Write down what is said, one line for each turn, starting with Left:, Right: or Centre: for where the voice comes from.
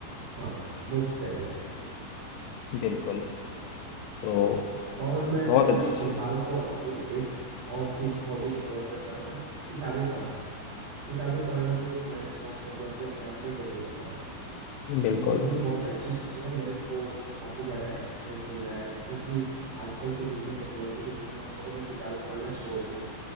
Right: हाँ बूस्ट करेंगे
Left: बिल्कुल तो
Right: और मैं
Left: बहुत
Right: अभी
Left: अच्छा
Right: फिलहाल तो अभी एक और चीज हॉबी के तौर पे कर रहा हूँ किताबें पढ़ रहा हूँ किताबें पढ़ना भी एक मैं शौक के तौर पे अपने आप में डेवलप कर रहा हूँ
Left: बिल्कुल
Right: और ये बहुत अच्छी चीज़ है मेरे को काफ़ी ज़्यादा एक्सपीरियंस मिल रहा है क्योंकि आजकल के युग में टेक्नोलॉजी के युग में हम लोगों ने किताबें पढ़ना छोड़ दिया है